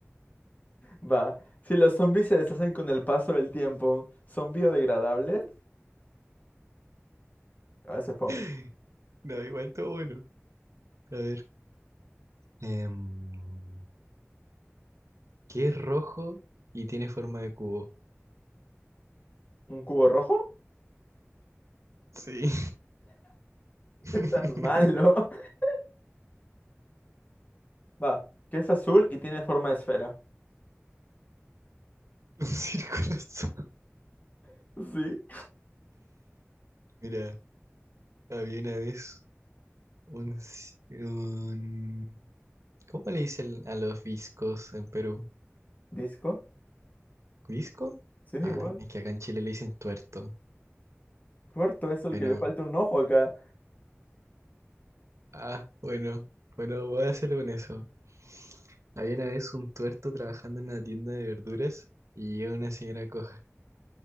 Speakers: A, on the left; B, on the right.
A: Va. Si los zombies se deshacen con el paso del tiempo, ¿son biodegradables? A veces fome.
B: <laughs> No, igual todo bueno. A ver. em, que es rojo y tiene forma de cubo.
A: ¿Un cubo rojo?
B: Sí. <laughs>
A: ¿Qué tan malo? <laughs> Va. Que es azul y tiene forma de esfera. <laughs>
B: Un círculo azul.
A: Sí.
B: Mira, había una vez un, ci- un- ¿Cómo le dicen a los viscos en Perú?
A: ¿Disco?
B: ¿Visco?
A: Sí, igual.
B: Ah, es que acá en Chile le dicen tuerto.
A: Puerto es el
B: Bueno,
A: que le falta un ojo acá.
B: ah, bueno, bueno, voy a hacerlo con eso. Había una vez un tuerto trabajando en una tienda de verduras y llega una señora coja.